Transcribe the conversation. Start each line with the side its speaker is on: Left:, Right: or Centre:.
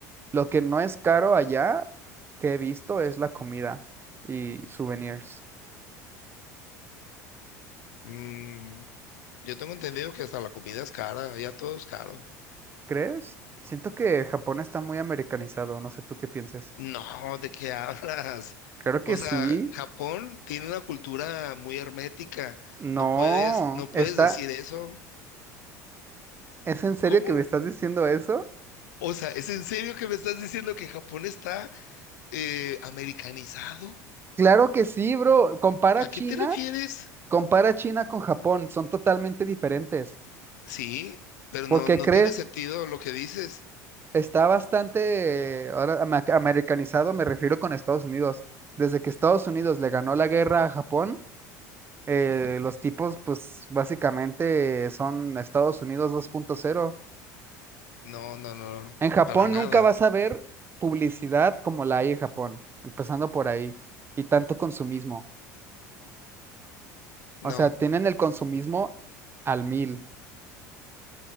Right: Lo que no es caro allá que he visto es la comida y souvenirs.
Left: Mm, yo tengo entendido que hasta la comida es cara, ya todo es caro.
Right: ¿Crees? Siento que Japón está muy americanizado, no sé tú qué pienses.
Left: No, ¿de qué <laughs> hablas?
Right: Claro que
Left: O
Right: sí.
Left: sea, Japón tiene una cultura muy hermética. No
Right: No,
Left: puedes, no puedes
Right: está,
Left: decir eso.
Right: ¿es en serio
Left: ¿Cómo?
Right: que me estás diciendo eso?
Left: O sea, ¿es en serio que me estás diciendo que Japón está eh, ¿americanizado?
Right: Claro que sí, bro. Compara
Left: ¿A
Right: China
Left: qué te refieres?
Right: Compara China con Japón, son totalmente diferentes.
Left: Sí, pero
Right: ¿Por
Left: no,
Right: qué
Left: no
Right: crees?
Left: tiene sentido lo que dices.
Right: Está bastante eh, ahora ama- americanizado, me refiero con Estados Unidos. Desde que Estados Unidos le ganó la guerra a Japón, eh, los tipos, pues básicamente son Estados Unidos dos punto cero.
Left: No, no, no,
Right: En Japón
Left: para nada.
Right: nunca vas a ver publicidad como la hay en Japón, empezando por ahí, y tanto consumismo.
Left: No,
Right: O sea, tienen el consumismo al mil.